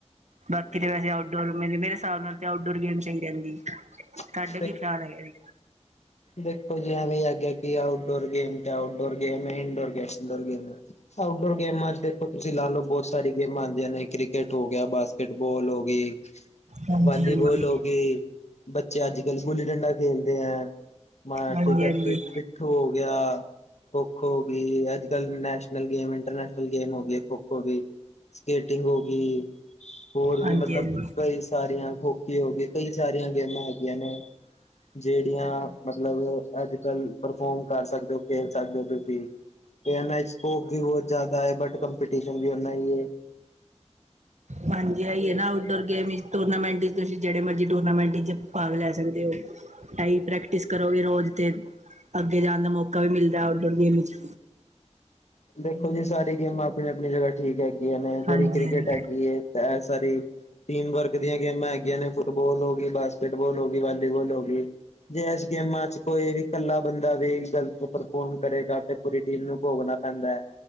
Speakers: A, on the right; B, on the left.
A: ਬਾਕੀ ਤੇ ਵੈਸੇ ਆਊਟਡੋਰ ਮ ਮੇਰੇ ਹਿਸਾਬ ਨਾਲ ਤੇ ਆਊਟਡੋਰ ਗੇਮ ਚੰਗੀ ਰੈੰਦੀ, ਤਾਡਾ
B: ਬਿਲਕੁਲ
A: ਕੀ ਖਿਆਲ ਹੈਗਾ ਜੀ?
B: ਦੇਖੋ ਜਿ ਵੀ ਐਵੇਂ ਹੀ ਹੈਗਾ ਕਿ ਆਊਟਡੋਰ ਗੇਮ ਤੇ ਆਊਟਡੋਰ ਗੇਮ ਏ-ਇੰਨਡੋਰ ਗੇਮ ਏ। ਆਊਟ ਡੋਰ ਗੇਮਾ ਚ ਤੇ ਤੁਸੀਂ ਲਾ ਲੋ ਬੋਹਤ ਸਾਰੀ ਗੇਮਾਂ ਆਂਦੀਆਂ ਨੇ ਕ੍ਰਿਕੇਟ ਹੋ ਗਯਾ ਬਾਸਕੇਟ-ਬਾੱਲ ਹੋ ਗੀ।
A: ਹਾਂਜੀ
B: ਵਾਲੀਬੋਲ
A: ਹਾਂਜੀ
B: ਹੋ ਗਈ ਬੱਚੇ ਅੱਜ-ਕਲ ਗੁੱਲੀ ਡੰਡਾ ਖੇਲਦੇ ਐ। ਮਾਰਾ
A: ਹਾਂਜੀ
B: ਠੀਕ ਐ ਪਿ-ਪਿੱਠੂ
A: ਹਾਂਜੀ
B: ਹੋ ਗਯਾ। ਖੋ-ਖੋ ਹੋਗੀ ਅੱਜ-ਕਲ ਨੈਸ਼ਨਲ ਗੇਮ ਇੰਟਰਨੈਸ਼ਨਲ ਗੇਮ ਹੋਗੀ ਏ ਖੋ-ਖੋ ਵੀ। ਸਕੇਟਿੰਗ ਹੋਗੀ। ਹੋਰ
A: ਹਾਂਜੀ
B: ਵੀ ਮਤਲਬ
A: ਹਾਂਜੀ
B: ਕਈ ਸਾਰੀਆਂ ਹੋਕੀ ਹੋਗੀ ਕਈ ਸਾਰੀਆਂ ਗੇਮਾਂ ਹੈਗੀਐਂ ਨੇ ਜੇੜੀਆਂ ਮਤਲਬ ਅੱਜ-ਕੱਲ ਪਰਫੋਰਮ ਕਰ ਸਕਦੇ ਓ ਖੇਲ ਸਕਦੇ ਓ ਤੁਸੀਂ। ਏਨਾ ਚ ਸਕੋਪ ਵੀ ਬੋਹਤ ਜਾਦਾ ਏ ਬਟ ਕੰਪੀਟੀਸ਼ਨ ਵੀ ਉਨ੍ਹਾਂ ਈ ਏ।
A: ਹਾਂਜੀ ਐਈ ਏ ਨਾ ਆਊਟਡੋਰ ਗੇਮ ਚ ਟੂਰਨਾਮੈਂਟ ਤੁਸੀਂ ਜੇੜੇ ਮਰਜੀ ਟੂਰਨਾਮੈਂਟ ਚ ਪਾਗ ਲੈ ਸਕਦੇ ਓ ਐਈ ਟ੍ਰੈ ਪ੍ਰੈਕਟਿਸ ਕਰੋਗੇ ਰੋਜ਼ ਤੇ ਅੱਗੇ ਜਾਣ ਦਾ ਮੌਕਾ ਵੀ ਮਿਲਦਾ ਆਊਟਡੋਰ ਗੇਮ ਇੱਚ-
B: ਦੇਖੋ ਜੀ ਸਾਰੀ ਗੇਮਾਂ ਅਪਣੀ-ਅਪਣੀ ਜਗ੍ਹਾ ਠੀਕ ਹੈਗੀਆਂ ਨੇ ਜੇੜੀ
A: ਹਾਂਜੀ-ਹਾਂਜੀ,
B: ਕ੍ਰਿਕੇਟ ਹੈਗੀ ਏ ਤੇ ਐ ਸਾਰੀ ਟੀਮ ਵਰਕ ਦੀਆਂ ਗੇਮਾਂ ਹੈਗੀਆਂ ਨੇ ਫੁੱਟਬਾਲ ਹੋਗੀ, ਬਾਸਕੇਟਬਾਲ ਹੋਗੀ, ਵਾਲੀਬਾਲ ਹੋਗੀ। ਜੇ ਐਸ ਗੇਮਾਂ ਚ ਕੋਈ ਵੀ ਕੱਲਾ ਬੰਦਾ ਵੀ ਗਲਤ ਪਰਫੋਰਮ ਕਰੇਗਾ ਤੇ ਪੂਰੀ ਟੀਮ ਨੂੰ ਪੋਗਨਾ ਪੈਂਦਾ।